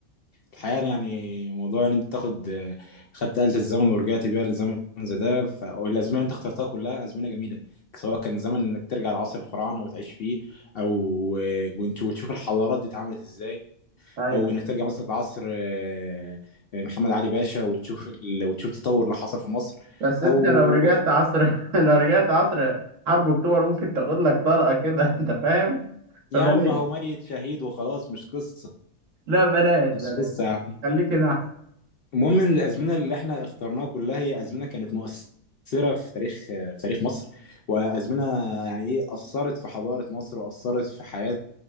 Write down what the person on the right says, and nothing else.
أيوة
بس أنت
<laughs> لو رجعت عصر <laughs> لو رجعت عصر حرب أكتوبر ممكن تاخد لك طلقة كده <laughs> أنت فاهم؟
فبلاش
لا بلاش
بلاش
خليك هنا أحسن